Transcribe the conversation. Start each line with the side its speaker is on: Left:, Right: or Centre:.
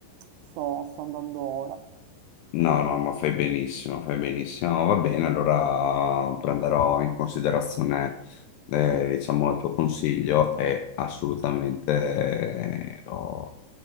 Right: sto, sto andando ora.
Left: no, no, ma fai benissimo, fai benissimo. No, Va bene, allora prenderò in considerazione, eh, diciamo, il tuo consiglio e assolutamente eh, lo,